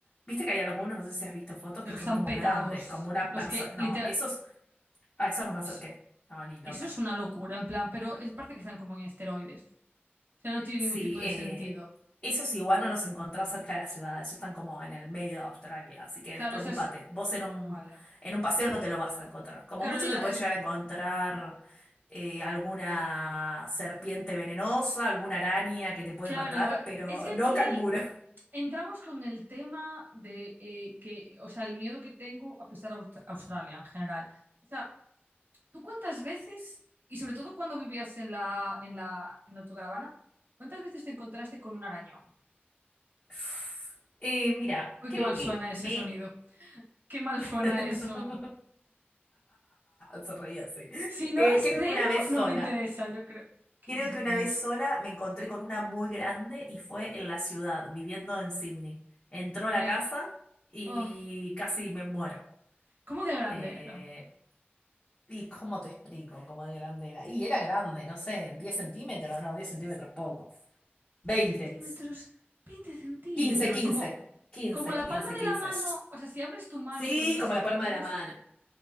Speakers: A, on the left; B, on the right.
A: viste que hay algunos, no sé si has visto fotos
B: Los
A: que
B: que
A: son
B: están
A: como
B: petados.
A: grandes, como una
B: Los
A: persona.
B: que
A: No,
B: literal.
A: esos, a esos no me acerqué.
B: es-
A: No, ni loca.
B: Eso es una locura, en plan, pero es parte que están como en esteroides. O sea, no tiene
A: Sí,
B: ningún tipo de
A: eh,
B: sentido.
A: esos igual no los encontrás cerca de la ciudad, esos están como en el medio de Australia, así que
B: Claro,
A: despreocúpate.
B: eso es.
A: Vos en un,
B: Vale.
A: en un paseo no te lo vas a encontrar. Como
B: Claro,
A: mucho
B: en la-
A: te puedes
B: es-
A: llegar a encontrar eh, alguna serpiente venenosa, alguna araña que te puede
B: Claro,
A: matar, pero
B: es que aquí
A: no canguro.
B: entramos con el tema de eh, que, o sea, el miedo que tengo a pisar Aust- Australia en general. O sea, ¿tú cuántas veces, y sobre todo cuando vivías en la, en la, en la autocaravana, cuántas veces te encontraste con un arañón?
A: <laughs> Eh, mira,
B: Uy,
A: creo
B: qué mal
A: que
B: suena ese
A: me...
B: sonido. Qué mal suena
A: <laughs>
B: eso.
A: Se reía así.
B: Si no
A: Eh,
B: es
A: creo
B: cero,
A: que una vez
B: no
A: sola.
B: me interesa, yo creo. ¿Qué
A: Creo
B: dices?
A: que una vez sola me encontré con una muy grande y fue en la ciudad, viviendo en Sydney. Entró a la
B: Me...
A: casa y
B: oh,
A: casi me muero.
B: ¿cómo de grande
A: Eh,
B: era?
A: ¿y cómo te explico cómo de grande era? Y era grande, no sé, 10 centímetros, no, 10 centímetros poco. veinte,
B: 10 centímetros, 20 centímetros,
A: quince, quince,
B: como...
A: quince,
B: Como la
A: quince,
B: palma de
A: quince.
B: la mano, o sea, si abres tu mano
A: Sí,
B: con los dedos
A: como
B: extendidos,
A: la palma de la mano.